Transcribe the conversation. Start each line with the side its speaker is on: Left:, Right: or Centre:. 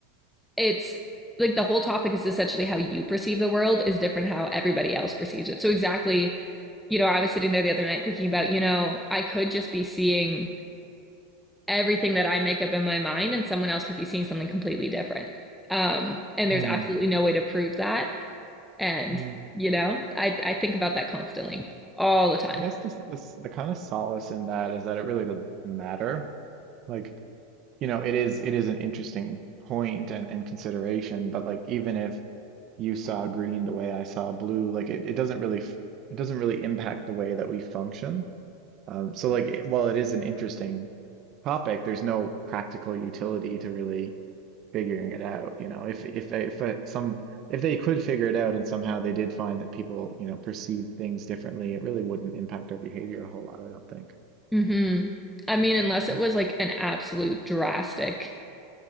Centre: it's like the whole topic is essentially how you perceive the world is different how everybody else perceives it. So exactly, you know, I was sitting there the other night thinking about, you know, I could just be seeing everything that I make up in my mind and someone else could be seeing something completely different. Um and there's
Right: Mm,
Centre: absolutely no way to prove that and
Right: mm.
Centre: you know, I I think about that constantly all the time.
Right: I guess this this the kind of solace in that is that it really doesn't matter. Like, you know, it is it is an interesting point and and consideration, but like even if you saw green the way I saw blue. Like it, it doesn't really f- it doesn't really impact the way that we function. Um, so like it- while it is an interesting topic, there's no practical utility to really figuring it out. You know, if if they, if uh, some if they could figure it out and somehow they did find that people you know perceive things differently, it really wouldn't impact our behavior a whole lot. I don't think.
Centre: Mm-hmm. I mean, unless
Right: Yeah.
Centre: it was like an absolute drastic